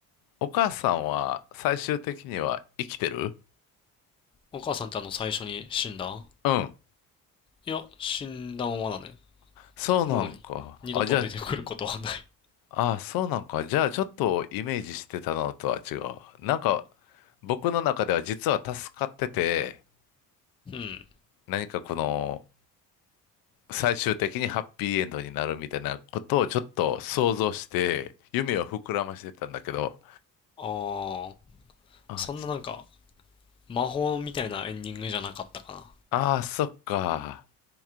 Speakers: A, on the left; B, on the left.
A: お母さんは最終的には生きてる
B: お母さんってあの最初に死んだ
A: うん。
B: いや、死んだままだね。
A: そうなんか。
B: もうに二度と出てくることはない
A: あ、じゃあ、あ、そうなんか。じゃあ、ちょっとイメージしてたのとは違う。なんか、僕の中では実は助かってて、
B: うん。
A: 何かこの、最終的にハッピーエンドになるみたいなことをちょっと想像して、夢を膨らませてたんだけど。
B: ああ、
A: あ、
B: そんななんか、
A: ち
B: 魔法みたいなエンディングじゃなかったかな。
A: あー、そっか。